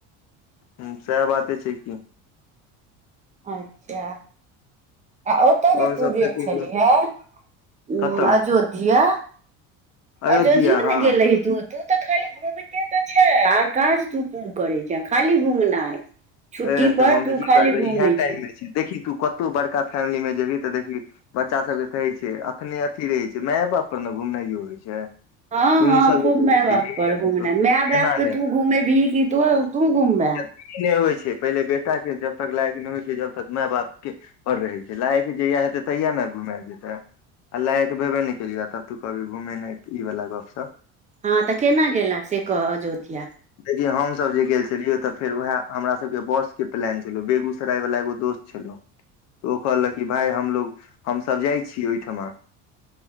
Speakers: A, on the left (about 50°); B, on the right (about 20°).
A: हूँ सैह बाते छै की
B: अच्छऽ आ ओतऽ जे
A: और
B: तू
A: सब
B: गेल
A: तऽ कहियौ
B: छलहि है उ
A: कतऽ
B: अजोध्या
A: अयोध्या
B: अजोधियो नऽ
A: हँ
B: गेल रही तू तू तऽ खाली घूमिते तऽ छे आर काज तू कोन करै छ खाली घुमनाइ छुट्टी
A: एह तऽ
B: पर
A: मम्मी
B: तू
A: की
B: खाली
A: करबै
B: घूमै
A: इएह टाइम
B: छेय
A: मे छै देखी तू कतहुँ बड़का फैमिली मे जेबही तऽ देखही बच्चा सभ केँ कहै छै अखने अथी रहै छै माए बाप पर नऽ घुमनाइयो होइ छै
B: हँ
A: तूही
B: - हँ
A: सब
B: खूब
A: जे देखबही
B: माय बाप पर घूमना
A: तो
B: माय बाप
A: एना
B: कऽ
A: नहि
B: तू घूमेबहि की तो तू घूमबे
A: ई नय होइ छै पहिले बेटा केँ जब तक लायक नय होइ छै जब तक माय बाप केँ पर रहै छै लायक जहिया हेतै तहिया नऽ घुमायल जेतै आ लायक भेबे नहि केलियह तब तू कहभी घूमे नहि ई वाला गप स
B: ह तऽ केना गेलें से कह अयोध्या
A: देखियौ हमसभ जे गेल छलियै तऽ फेर उएह हमरा सब के बस के प्लान छलो बेगूसराय वला एगो दोस्त छलो तऽ ओ कहलक कि भाय हमलोग हमसभ जाइ छी ओहिठिमा